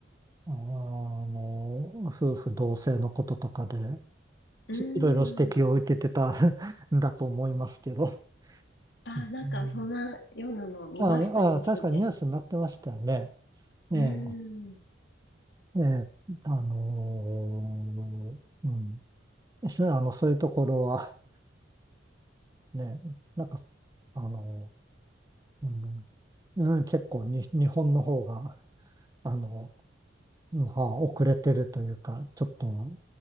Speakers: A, on the right; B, on the left.
A: あの、夫婦同姓のこととかで、
B: うん。
A: いろいろ指摘を受けてた <laughs> んだと思いますけど。
B: ああ、
A: うん
B: なんかそんなようなのを見ました、
A: ああ、
B: ニュースで。
A: 確かにニュースになってましたよね。ええ、
B: うん。
A: ええ、あのーうん。そうあの、そういうところは、ね、なんか、あのーうん、うん、結構に、日本の方が、あの、うんはあ遅れてるというか、ちょっと